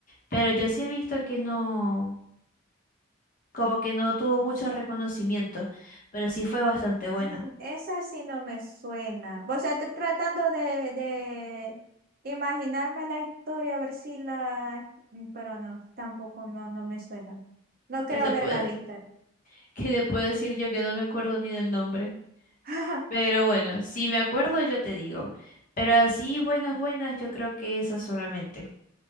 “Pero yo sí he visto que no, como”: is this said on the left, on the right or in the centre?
Left